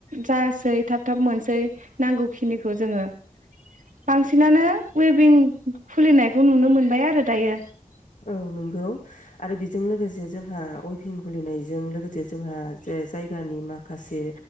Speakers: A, on the right; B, on the left.
A: जासै थाब थाब मोनसै नांगौखिनिखौ जोङो । बांसिनानो उइभिं खुलिनायखौ नुनो मोनबाय आरो दायो ।
B: औ नोंगौ आरो बेजों लोगोसे जोंहा अइभिं खुलिनायजों लोगोसे जोंहा जे जायगानि माखासे